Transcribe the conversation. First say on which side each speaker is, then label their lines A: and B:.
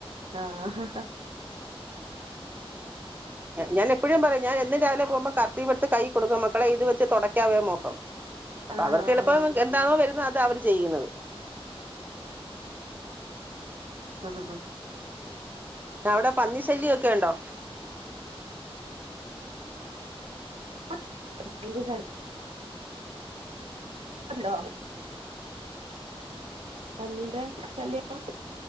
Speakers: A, on the right (about 80°); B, on the right (about 20°).
A: ആഹ
B: ഞാന എപ്പോഴും പറയും ഞാൻ എന്നും എന്റെ രാവിലെ പോകുമ്പോ ക ഇവിടുത്തെ കൈ കൊടുക്ക മക്കളെ ഇത് വെച്ച് തുടക്കാവേ മോഹം അപ്പൊ
A: ആഹ്
B: അവർക്ക് എളുപ്പം
A: ആഹ്
B: എന്താണോ വരുന്നത് അത അവര് ചെയ്യുന്നത്
A: ആ ആ
B: അവിടെ പന്നിശല്യൊക്കെ ഒ ണ്ടോ
A: <unintelligible> ണ്ടോ പന്നീന്റെ ശല്യാ ആ